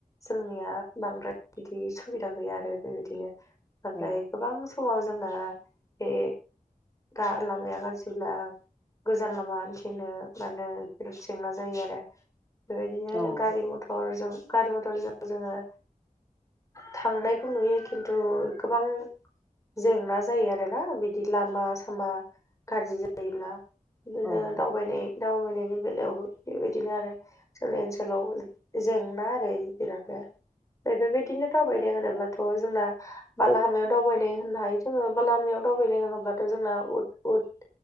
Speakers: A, on the left (about 20°); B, in the centre.
A: जोंनिया बांद्राय बिदि सुबिदा गैया आरो बेबायदिनो ओमफ्राय
B: औ
A: गोबां समाव जोंना बे गा लामाया गाज्रिब्ला गोजान लामा हान्थिनो मानो बिराद जेंना जायो आरो। बेबायदिनो
B: औ
A: गारि मथरजों गारि मथरजों जोङो थांनायखौ नुयो खिन्थु गोबां जेंना जायो आरोना बिदि लामा सामा गाज्रि जायोब्ला। बिदिनो
B: औ
A: दावबायनाय दावबायनायनि बेलायावबो बेबायदिनो आरो जोंनि ओनसोलाव जेंना आरो बेरादनो बेबायदिनो दावबायनो होनोब्लाथ' जोंना बाला लामायाव दावबायनाय होननो हायो जोङो बा लामायाव दावबायनाय होनोब्लाथ' जोंना उद-उद